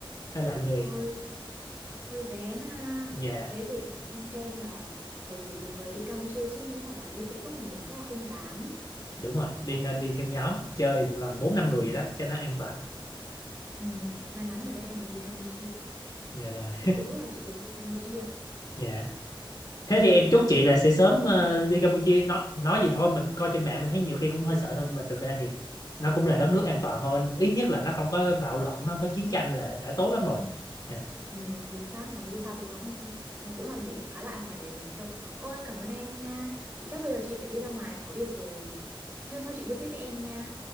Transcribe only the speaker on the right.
hơi hơi rén ha
thế phải để em xem là phải rủ được người đi Campuchia chứ nếu mà bà đi tự túc một mình chắc là không dám
Ừ.
ừ, may mắn là đây em được đi Campuchia
chị cũng ước là chị được đi Campuchia
ừ.
Ừ, chính xác nói dù sao thì nó cũng nó, nó cũng là một điểm khá là an toàn để mình chơi ôi cảm ơn em nha chị chắc bây giờ chị phải đi ra ngoài có việc rồi hôm sau chị buôn tiếp với em nha